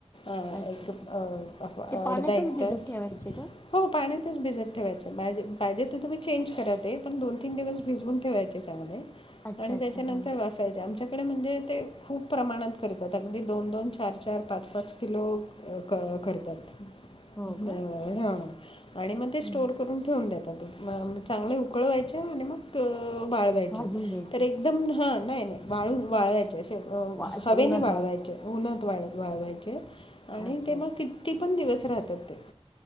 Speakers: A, on the left; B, on the left.
A: अ
B: अच्छा
A: एक
B: अच्छा
A: अ आप अर्धा
B: ते पाण्यातच
A: एक
B: भिजत
A: तास
B: ठेवायचे का?
A: हो पाण्यातच भिजत ठेवायचे, पाजे पाहिजे त तुम्ही चेंज करा ते पण दोन तीन दिवस भिजवून ठेवायचे चांगले
B: अच्छा
A: आणि
B: अच्छा
A: त्याच्यानंतर
B: हां
A: वाफायचे आमच्याकडे म्हणजे ते खूप प्रमाणात करतात. अगदी दोन दोन चार चार पाच पाच किलो अ क करतात.
B: हो
A: बरोबर
B: का?
A: हा आणि म ते स्टोर
B: हं
A: करून ठेऊन देता ते म चागंले उकळवायचे आणि मग अ वाळवायचे
B: भाजून घ्यायचे
A: तर एक एकदम हा नाय नाय वाळूनं वाळवायचे असे
B: वा अच्छा
A: हवे
B: उन्हात
A: नी वाळवायचे उन्हात वाळ वाळवायचे आणि
B: अच्छा
A: ते म
B: अच्छा
A: किती पण दिवस राहतात ते